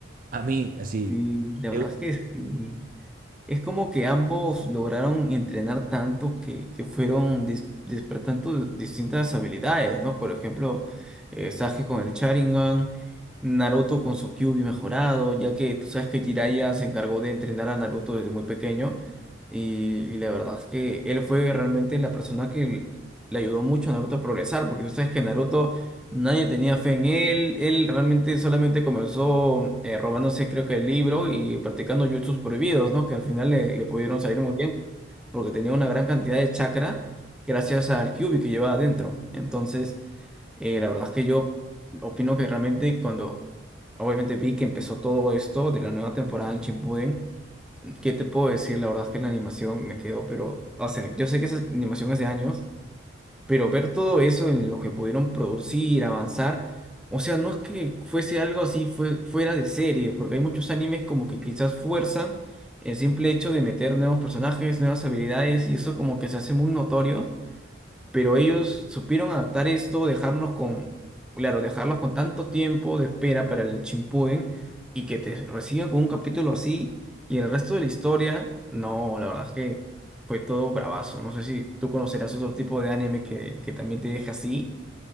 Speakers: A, on the right; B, in the centre.
A: a mí, así,
B: Sí, la
A: de-
B: verdad es que sí. Es como que ambos lograron entrenar tanto que, que fueron des- despertando distintas habilidades, ¿no? Por ejemplo, eh, Sasuke con el Sharingan, Naruto con su Kyuubi mejorado, ya que tú sabes que Jiraiya se encargó de entrenar a Naruto desde muy pequeño. Y, y la verdad es que él fue realmente la persona que l- le ayudó mucho a Naruto a progresar, porque tú sabes que Naruto nadie tenía fe en él, él realmente solamente comenzó eh, robándose creo que el libro y practicando jutsus prohibidos, ¿no? Que al final le, le pudieron salir muy bien, porque tenía una gran cantidad de chakra gracias al Kyuubi que llevaba adentro. Entonces, eh, la verdad es que yo opino que realmente cuando obviamente vi que empezó todo esto de la nueva temporada en Shippuden, ¿Qué te puedo decir? La verdad es que la animación me quedó, pero, o sea, yo sé que esa animación hace años, pero ver todo eso en lo que pudieron producir, avanzar, o sea, no es que fuese algo así fue, fuera de serie, porque hay muchos animes como que quizás fuerzan el simple hecho de meter nuevos personajes, nuevas habilidades, y eso como que se hace muy notorio pero ellos supieron adaptar esto, dejarnos con, claro, dejarlos con tanto tiempo de espera para el Shippuden y que te reciban con un capítulo así y el resto de la historia, no, la verdad es que fue todo bravazo. No sé si tú conocerás otro tipo de anime que, que también te deja así.